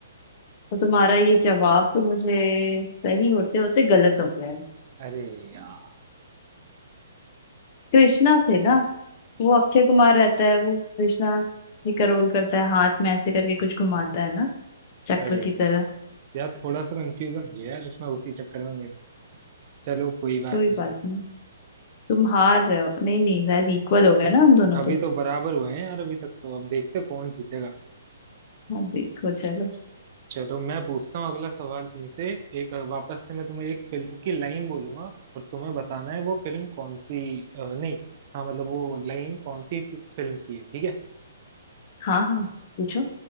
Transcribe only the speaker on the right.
अरे यार
अरे
यार थोड़ा सा कंफ्यूजन हो गया यार उसमें उसी चक्कर में मेरा चलो कोई बात
नहीं
अभी
तो बराबर हुए हैं यार अभी तक तो अब देखते कौन जीतेगा
चलो मैं पूछता हूँ अगला सवाल तुमसे एक वापस से मैं तुम्हें एक फिल्म की लाइन बोलूंगा और तुम्हें बताना है वो फिल्म कौन सी अ, नहीं हाँ मतलब वो लाइन कौन सी फिल्म की है ठीक है